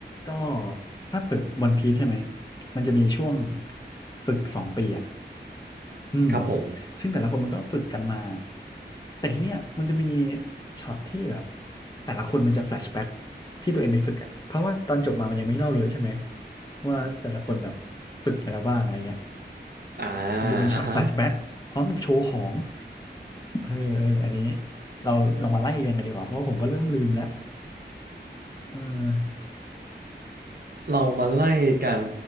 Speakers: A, on the left (about 20°); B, on the right (about 55°).
A: ก็ถ้าเปิดวันพี e ใช่ไหมมันจะมีช่วงฝึกสองปีอ่ะอืม
B: ครับผม
A: ซึ่งแต่ละคนมันก็ฝึกกันมาแต่ทีเนี้ยมันจะมีช็อตที่แบบแต่ละคนมันจะแฟลชแบ็กที่ตัวเองไปฝึกอ่ะเพราะว่าตอนจบมามันยังไม่เล่าเลยใช่ไหมว่าแต่ละคนแบบฝึกอะไรมาบ้างอะไรเงี้ย
B: อ่า
A: มันจะมีช็อตแฟลชแบ็กพร้อมกับโชว์ของ
B: อ่ะฮะ
A: เออเอออันนี้เราลองมาไล่เรียงกันดีกว่าเพราะว่าผมก็เริ่มลืมแล้วเออ
B: เรามาไล่กัน